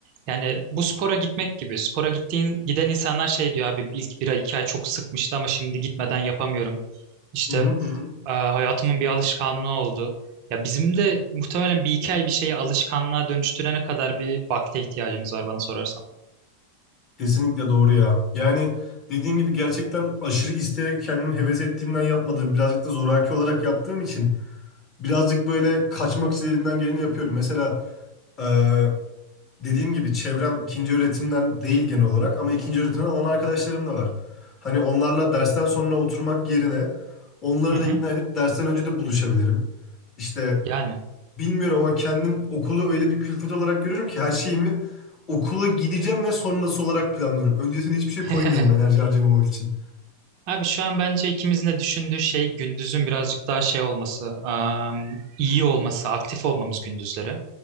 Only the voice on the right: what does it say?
yani bu spora gitmek gibi spora gittiğin giden insanlar şey diyor abi ilk bir ay iki ay çok sıkmıştı ama şimdi gitmeden yapamıyorum. İşte
e, hayatımın bir alışkanlığı oldu. Ya bizim de muhtemelen bir iki ay bir şeyi alışkanlığa dönüştürene kadar bir vakte ihtiyacımız var bana sorarsan.
Hı hı.
Yani.
<laughs>
Abi şu an bence ikimizin de düşündüğü şey gündüzün birazcık daha şey olması, am, iyi olması, aktif olmamız gündüzleri.